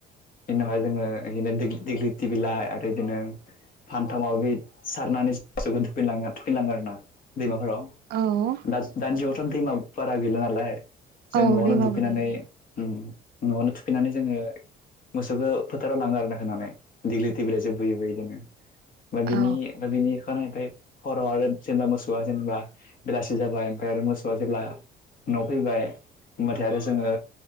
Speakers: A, on the left; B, on the right.
A: बेनिनावहाय जोङो एदिनो देग दिग्लिटि बिलाइ आरो बिदिनो फानथामाव माबाबि सारनानै मोसौखौ थुखैलाङो थुखैनो लाङो आरो ना। <inaudible> दैमाफोराव
B: औ
A: दाज दानि जुगाव दैमा बारा गैला नालाय जों
B: औ
A: न'आवनो
B: दैमा
A: दुफैनानै
B: बोहैदों
A: ओम न'आवनो थुफैनानै जोङो मोसौखौ फोथाराव लाङो आरोना होनानै। दिगलिटि बिलाइ जो बुयोबो बिदिनो ओमफाय बिनि
B: औ
A: ओमफाय बिनि खानायबाय हराव आरो जेनेबा मोसौआ जेनेबा बेलासि जाबाय ओमफाय आरो मोस ओ जेब्ला उनाव फैबाय होमबाथाय आरो जोङो